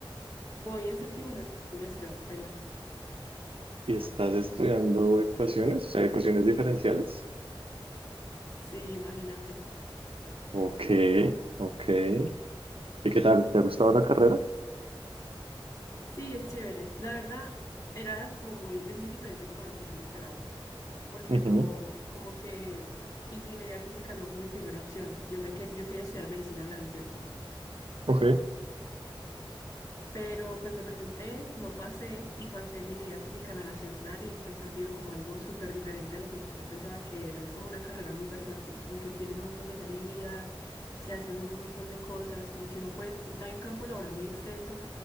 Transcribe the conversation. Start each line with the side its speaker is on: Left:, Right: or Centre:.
Left: Voy en séptimo semestre apenas.
Right: ¿Y estás estudiando ecuaciones, o sea, ecuaciones diferenciales?
Left: Sí, imagínate.
Right: Ok, ok. ¿Y qué tal? ¿Te ha gustado la carrera?
Left: Sí, es chévere. La verdad, era como muy, es muy diferente como a lo que yo me esperaba. porque
Right: Ujú,
Left: no, como que ingeniería física no fue mi primera opción. Yo me que- yo quería estudiar medicina en la de Antioquia,
Right: Ok.
Left: pero pues me presenté, no pasé y pasé ingeniería física en la Nacional y pues ha sido como algo súper diferente a lo que yo pensaba que era. Es como una carrera muy versátil, como que tiene un montón de salidas, se hacen un montón de cosas, como que uno puede, hay un campo laboral muy extenso.